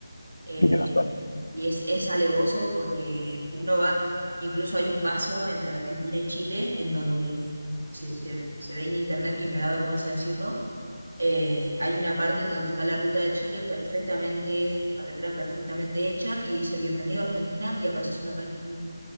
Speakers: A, on the right (about 75°); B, on the left (about 80°).
A: eh,
B: Y quedas tan-
A: y es, es alevoso porque uno va, incluso hay un paso entre Argentina y Chile en donde se, se- se ve en internet y me da vergüenza decirlo, eh, hay una parte en donde está la ruta de Chile perfectamente, carretera perfectamente hecha y dice bienvenido a Argentina y aparece una, ca- un-